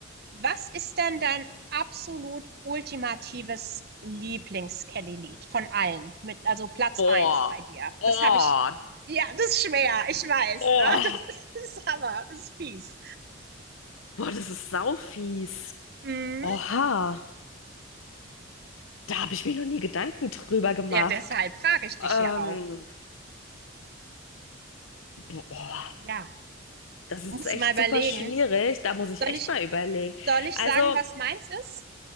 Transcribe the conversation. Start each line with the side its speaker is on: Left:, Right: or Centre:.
Right: Was ist denn dein absolut ultimatives Lieblings-Kelly-Lied von allen? Mit, also Platz
Left: boah,
Right: eins bei dir.
Left: oh,
Right: Das habe ich. Ja, das ist schwer, ich weiß,
Left: oh,
Right: ne? <laughs> Das ist, das ist Hammer, das ist fies.
Left: boah, das ist saufies.
Right: Mhm.
Left: Oha, da habe ich mir noch nie Gedanken drüber gemacht.
Right: Ja, deshalb frage ich dich
Left: Ähm,
Right: ja auch.
Left: boah.
Right: Ja,
Left: Das
Right: musst
Left: ist echt
Right: du mal überlegen.
Left: super schwierig. Da muss ich
Right: Soll
Left: echt
Right: ich,
Left: mal überlegen.
Right: soll ich
Left: Also,
Right: sagen, was meins ist?